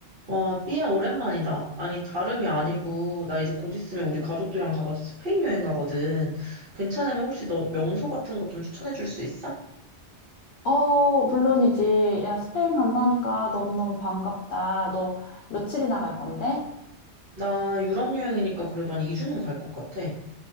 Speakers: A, on the right; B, on the left.
A: 와, 삐야, 오랜만이다. 아니, 다름이 아니고, 나 이제 곧 있으면 우리 가족들이랑 다 같이 스페인 여행 가거든. 괜찮으면 혹시 너 명소 같은 거 좀 추천해 줄 수 있어?
B: 어, 물론이지. 야, 스페인 간다니까 너무너무 반갑다. 너 며칠이나 갈 건데?
A: 나 유럽 여행이니까 그래도 한 2주는 갈 것 같아.